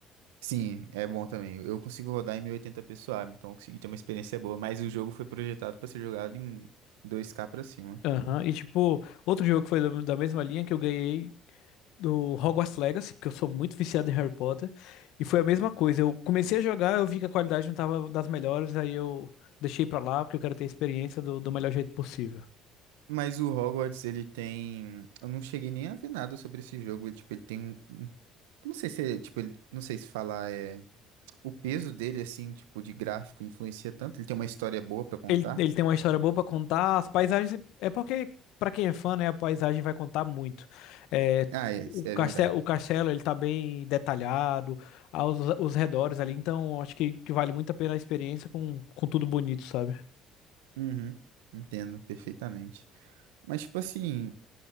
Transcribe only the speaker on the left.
Aham. E tipo, outro jogo que foi da da mesma linha que eu ganhei. do Hogwarts Legacy, porque eu sou muito viciado em Harry Potter, e foi a mesma coisa. Eu comecei a jogar, eu vi que a qualidade não tava das melhores, aí eu deixei pra lá, porque eu quero ter a experiência do, do melhor jeito possível.
Ele, ele tem uma história boa pra contar, as paisagens. É porque, pra quem é fã, né, a paisagem vai contar muito. É,
o
castelo,
o castelo, ele tá bem detalhado, aos, os redores ali, então acho que, que vale muito a pena a experiência com, com tudo bonito, sabe?